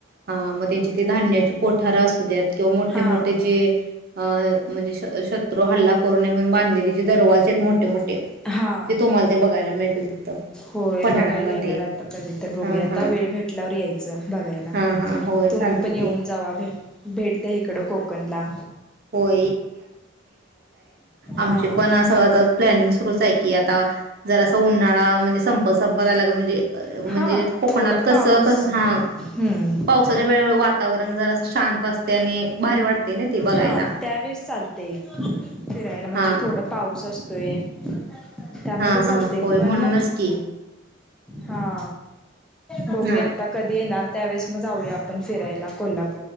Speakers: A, on the right; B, in the centre.
A: मग त्यांची ते धान्याची कोठार असुदेत किंवा मोठे
B: हां
A: मोठे जे अ म्हणजे शत्रू हल्ला करू नये म्हणून बांधलेले जे दरवाजे आहेत मोठे मोठे
B: हा
A: ते तुम्हाला ते बघायला मिळतील तिथं
B: होय
A: पन्हाळ्यामध्ये.
B: बघायला येणार आता कधी तर बघूया
A: हां,
B: आता
A: हां.
B: वेळ भेटल्यावर यायचं बघायला
A: हां, हां. होय
B: तुम्ही
A: चालते
B: पण येऊन
A: की.
B: जावा भेट भेट द्या इकडं कोकणला
A: हो आमची
B: हा.
A: पण असं आता प्लॅनिंग सुरूच आहे कि आता जरसा उन्हाळा म्हणजे संपत संपत आला म्हणजे म्हणजे
B: हा
A: कोकणात
B: थोडं
A: कसं
B: पाऊस
A: कस हा
B: हम्म
A: पावसाच्या वेळेवर वातावरण जर असं शांत असते आणि भारी वाटते ना ते बघायला
B: हा त्यावेेळेस चालत ते फिरायला म्हणजे
A: हां
B: थोडा पाऊस असतो ते त्यामध्ये
A: हां
B: चालते
A: हां होय
B: पण
A: म्हणूनच की
B: हा दोघे
A: हां
B: आता कधी येणार. त्यावेळेस मग जाऊया आपण फिरायला कोल्हाप